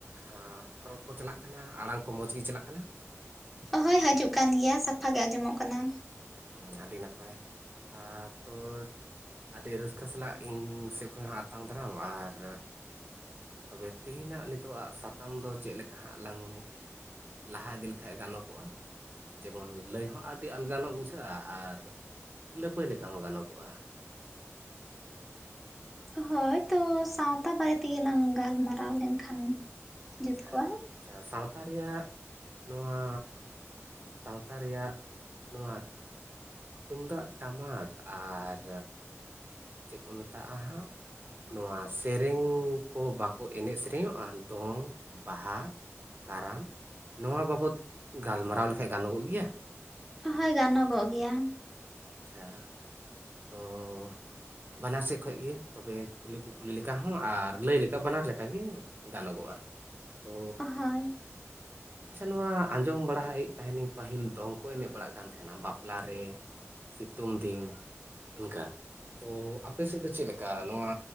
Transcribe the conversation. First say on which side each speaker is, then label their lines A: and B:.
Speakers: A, on the right; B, in the centre.
A: ᱦᱮᱸ ᱨᱚᱲ ᱠᱚ ᱪᱟᱞᱟᱜ ᱠᱟᱱᱟ, ᱟᱲᱟᱝ ᱠᱚ ᱢᱚᱸᱡᱽ ᱜᱮ ᱪᱟᱞᱟᱜ ᱠᱟᱱᱟ?
B: ᱦᱳᱭ ᱦᱳᱡᱩᱜ ᱠᱟᱱ ᱜᱮᱭᱟ ᱥᱟᱯᱷᱟ ᱜᱮ ᱟᱸᱡᱚᱢᱚᱜ ᱠᱟᱱᱟ᱾
A: ᱦᱮᱸ ᱟᱹᱰᱤ ᱱᱟᱯᱟᱭ ᱟᱨ ᱛᱳᱨ ᱟᱹᱰᱤ ᱨᱟᱹᱥᱠᱟᱹ ᱥᱟᱞᱟᱜ ᱤᱧ ᱥᱮᱫ ᱠᱷᱚᱡ ᱦᱚᱸ ᱟᱛᱟᱝ ᱫᱟᱨᱟᱢ ᱟᱨ ᱛᱚᱵᱮ ᱛᱮᱦᱮᱧ ᱟᱜ ᱱᱤᱛᱚᱜ ᱟᱜ ᱥᱟᱛᱟᱢ ᱫᱚ ᱪᱮᱫ ᱞᱮᱠᱟ ᱦᱟᱸᱜ ᱞᱟᱝ ᱞᱟᱦᱟ ᱤᱫᱤ ᱞᱮᱠᱷᱟᱡᱽ ᱜᱟᱱᱚᱜ ᱚᱜᱼᱟ ᱡᱮᱢᱚᱱ ᱞᱟᱹᱭ ᱦᱚᱸ ᱟᱹᱰᱤ ᱟᱞᱜᱟ ᱱᱚᱜ ᱵᱩᱡᱷᱟᱹᱜᱼᱟ ᱟᱨ ᱞᱟᱹᱯᱟᱹᱭ ᱞᱮᱠᱟ ᱦᱚᱸ ᱜᱟᱱᱚᱜ ᱚᱜᱼᱟ᱾
B: ᱦᱳᱭ ᱛᱚ ᱥᱟᱶᱛᱟ ᱵᱟᱨᱮ ᱛᱮᱜᱮ ᱞᱟᱝ ᱜᱟᱞᱢᱟᱨᱟᱣ ᱞᱮᱱᱠᱷᱟᱱ, ᱡᱩᱛ
A: ᱟᱪᱪᱷᱟ,
B: ᱠᱚᱜᱼᱟ᱾
A: ᱟᱪᱪᱷᱟ᱾ ᱥᱟᱶᱛᱟ ᱨᱮᱭᱟᱜ, ᱱᱚᱣᱟ ᱥᱟᱶᱛᱟ ᱨᱮᱭᱟᱜ, ᱱᱚᱣᱟ ᱛᱩᱢᱫᱟᱜ ᱴᱟᱢᱟᱠ ᱟᱨ ᱪᱮᱫ ᱠᱚ ᱢᱮᱛᱟᱜᱼᱟ ᱦᱟᱸᱜ ᱱᱚᱣᱟ ᱥᱮᱨᱮᱧ ᱠᱚ ᱵᱟᱠᱚ ᱮᱱᱮᱡ ᱥᱮᱨᱮᱧᱚᱜᱼᱟ ᱫᱚᱝ, ᱵᱟᱦᱟ, ᱠᱟᱨᱟᱢ ᱱᱚᱣᱟ ᱵᱟᱵᱚᱛ ᱜᱟᱞᱢᱟᱨᱟᱣ ᱞᱮᱠᱷᱟᱡ ᱜᱟᱱᱚ ᱜᱚᱜ ᱜᱮᱭᱟ?
B: ᱦᱳᱭ ᱜᱟᱱᱚ ᱜᱚᱜ ᱜᱮᱭᱟ,
A: ᱟᱪᱪᱷᱟ ᱛᱚᱸᱻ ᱵᱟᱱᱟᱨ ᱥᱮᱫ ᱠᱷᱚᱡ ᱜᱮ ᱛᱚᱵᱮ ᱠᱩᱞᱤᱼᱠᱩᱠᱞᱤ ᱞᱮᱠᱟ ᱦᱚᱸ ᱟᱨ ᱞᱟᱹᱭ ᱞᱮᱠᱟ ᱵᱟᱱᱟᱨ ᱞᱮᱠᱟᱜᱮ, ᱜᱟᱱᱚ ᱜᱚᱜᱼᱟ ᱛᱚ
B: ᱦᱳᱭ
A: ᱟᱪᱷᱟ ᱱᱚᱣᱟ ᱟᱸᱡᱚᱢ ᱵᱟᱲᱮᱫ ᱛᱟᱦᱮᱱᱹᱧ ᱯᱟᱹᱦᱤᱞ ᱫᱚᱝ ᱠᱚ ᱮᱱᱮᱡ ᱵᱟᱲᱟᱜ ᱠᱟᱱ ᱛᱟᱦᱮᱱᱟ ᱵᱟᱯᱞᱟ ᱨᱮ ᱥᱤᱛᱩᱝ ᱫᱤᱱ ᱚᱱᱠᱟ ᱛᱚ ᱟᱯᱮ ᱥᱮᱫ ᱫᱚ ᱪᱮᱫ ᱞᱮᱠᱟ? ᱱᱚᱣᱟ